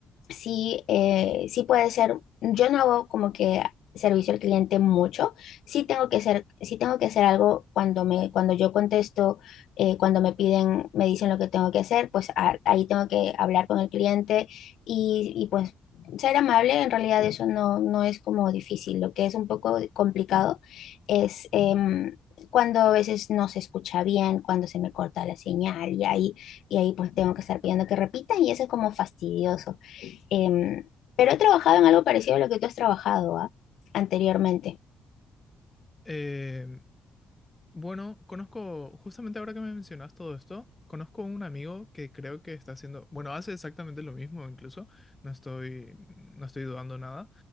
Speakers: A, on the left; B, on the left.
A: Sí, eh, sí puede ser. Yo no hago como que servicio al cliente mucho. Sí tengo que hacer, sí tengo que hacer algo cuando me, cuando yo contesto, eh, cuando me piden, me dicen lo que tengo que hacer, pues a- ahí tengo que hablar con el cliente y, y, pues ser amable. En realidad eso no, no es como difícil. Lo que es un poco complicado es em, cuando a veces no se escucha bien, cuando se me corta la señal y ahí, y ahí pues tengo que estar pidiendo que repita y eso es como fastidioso. Em, pero he trabajado en algo parecido a lo que tú has trabajado, ¿ah? Anteriormente.
B: Em, Bueno, conozco, justamente ahora que me mencionas todo esto, conozco un amigo que creo que está haciendo, bueno, hace exactamente lo mismo incluso, no estoy, no estoy dudando nada,